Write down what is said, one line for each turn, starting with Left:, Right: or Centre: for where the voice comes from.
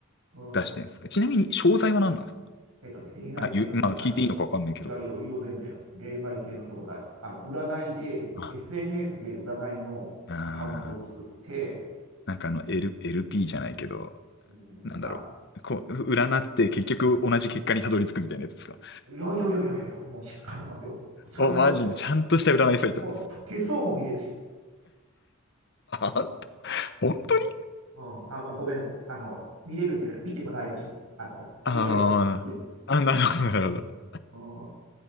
Right: うん。
Left: 出してんですかちなみに詳細は何なんですか
Right: えっとね、恋愛系の教材。
Left: あ、ゆ、まあ聞いていいのかわかんないけど。
Right: いや、いやいいよ、全然。恋愛系の教材。あの、占いで、
Left: あ、
Right: SNS で占いのアカウントを作って、
Left: あー、なんかあの、L、エルピ p じゃないけど、
Right: うん、
Left: なんだろう。
Right: ま
Left: こう、占って結局同じ結果にたどり着くみたいなやつですか
Right: あ、いやいやいやいやいや、もうしっかりしてますよ。ちゃんと、
Left: お、マジでちゃんとした占いサイト。
Right: もう手相も見れるし、
Left: <laughs> 本当に
Right: うん、あの、ごめんなさい。あの、見れるんじゃない、見てもらえるし、あの、
Left: ああーあ、
Right: AI さんに。
Left: なるほど、なるほど。
Right: うん、